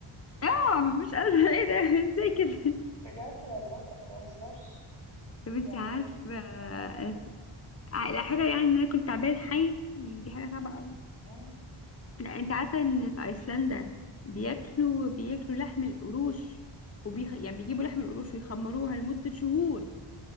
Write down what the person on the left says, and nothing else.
اه مش قادرة <laughs> ايه ده ازاي كده
طب انت
عارفه آه،
على حاجه يعني ان انا كنت تعبان حي دي حاجه صعبه قوي
لا انت عارفه ان في ايسلندا بياكلوا بياكلوا لحم القروش وبيخ... يعني بيجيبوا لحم القروش ويخمروها لمده شهور